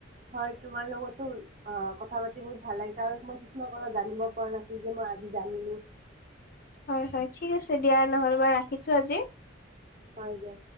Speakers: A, on the right; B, on the left.
A: হয়, তোমাৰ লগটো। অ, কথা পাতি বহুত ভাল লাগিছে। আৰু মই কিছুমান কথা জানিব পৰা নাছিলোঁ যে মই আজি জানিলোঁ।
B: হয়, হয়, ঠিক আছে দিয়া, নহ'লে মই ৰাখিছোঁ আজি।
A: হয় দিয়া।